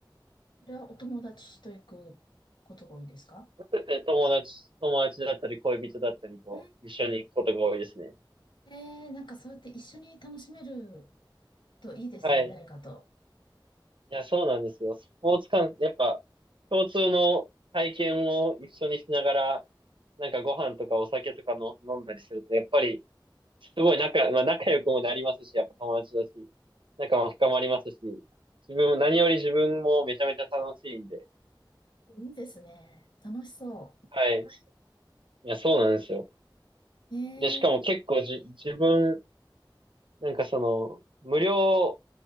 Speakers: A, on the left; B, on the right.
A: それはお友達と行くことが多いんですか
B: そうですね友達、友達だったり恋人だったりと一緒に行くことが多いですね。
A: うんええーなんかそうやって一緒に楽しめるといいですね、
B: はい。
A: 誰かと。
B: いや、そうなんですよ。スポーツ観、やっぱ、共通の体験を一緒にしながら、なんかご飯とかお酒とかの飲んだりすると、やっぱり、すごい仲、まあ、仲良くもなりますし、やっぱ友達だし、仲も深まりますし、自分も、何より自分もめちゃめちゃ楽しいんで、
A: いいですね。楽しそ
B: はい。いや、そうなんですよ。
A: う。ええー
B: で、しかも結構じ、自分、なんかその、無料